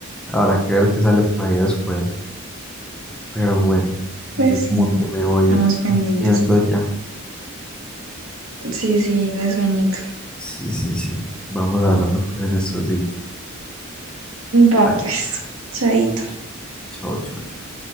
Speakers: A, in the centre; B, on the right (about 70°).
A: habrá que ver qué sale por ahí después. Pero bueno, yo
B: Pues
A: como
B: sí,
A: que me voy
B: estamos pendientes.
A: yendo ya.
B: Sí, sí, de sueñito.
A: Sí, sí, sí. Vamos hablando pues en estos días.
B: Va
A: Vale.
B: pues, chaito.
A: Chao, chao, chao.